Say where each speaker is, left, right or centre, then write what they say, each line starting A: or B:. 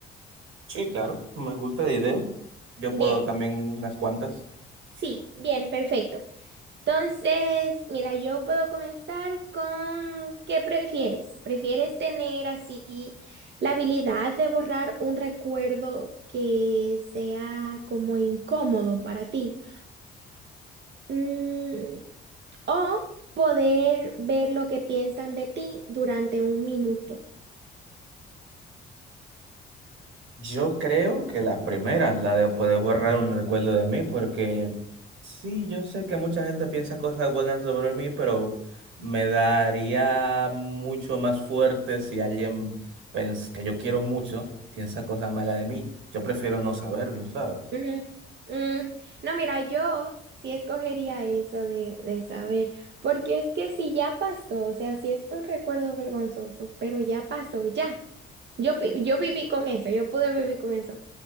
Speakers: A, on the right (about 80°); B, on the right (about 60°).
A: Sí, claro, me gusta la idea. Yo
B: Bien,
A: puedo también unas cuantas.
B: Sí, bien, perfecto. Entonces, mira, yo puedo comenzar con ¿qué prefieres? ¿Prefieres tener así la habilidad de borrar un recuerdo que sea como incómodo para ti? Mm, o poder ver lo que piensan de ti durante un minuto.
A: Yo creo que la primera, la de poder borrar un recuerdo de mí, porque sí, yo sé que mucha gente piensa cosas buenas sobre mí, pero me daría mucho más fuerte si alguien pens- que yo quiero mucho piensa cosas malas de mí. Yo prefiero no saberlo, ¿sabes?
B: Mm, mm. No, mira, yo sí escogería eso de, de saber, porque es que si ya pasó, o sea, si es un recuerdo vergonzoso, pero ya pasó, ya. Yo, pi- yo viví con eso, yo pude vivir con eso,